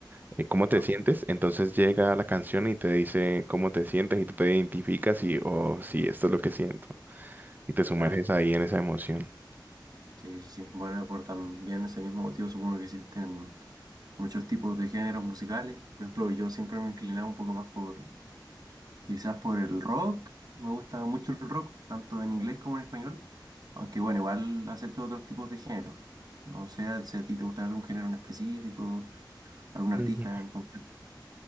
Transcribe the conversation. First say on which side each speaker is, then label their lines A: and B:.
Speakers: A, on the right; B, on the right.
A: eh, cómo
B: No,
A: te sientes. Entonces llega la canción y te dice cómo te sientes y tú te identificas y, oh, sí, esto es lo que siento. Y te sumerges
B: claro.
A: ahí en esa emoción.
B: Sí, sí, sí. Bueno, por también ese mismo motivo supongo que existen muchos tipos de géneros musicales. Por ejemplo, yo siempre me inclinaba un poco más por Quizás por el rock, me gusta mucho el rock, tanto en inglés como en español, aunque bueno, igual acepto otros tipos de géneros. No sé si a ti te gusta algún género en específico, algún artista
A: Ujú.
B: en concreto.